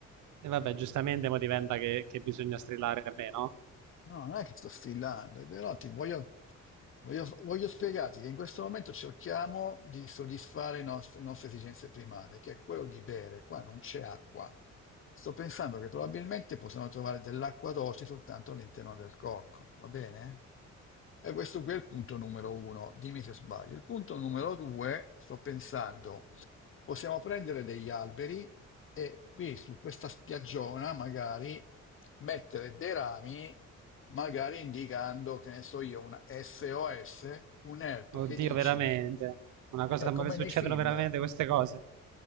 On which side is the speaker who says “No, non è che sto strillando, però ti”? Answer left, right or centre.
Left